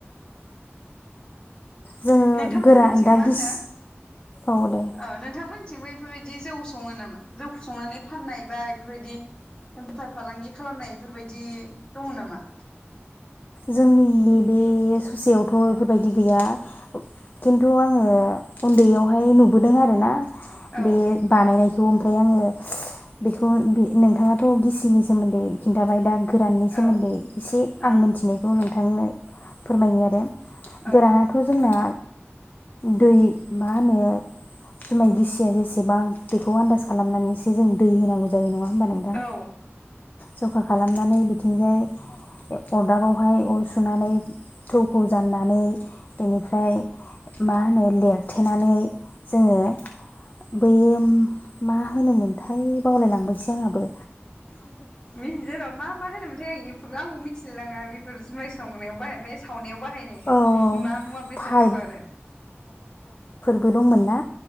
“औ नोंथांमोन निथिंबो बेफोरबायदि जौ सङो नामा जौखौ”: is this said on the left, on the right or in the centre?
Left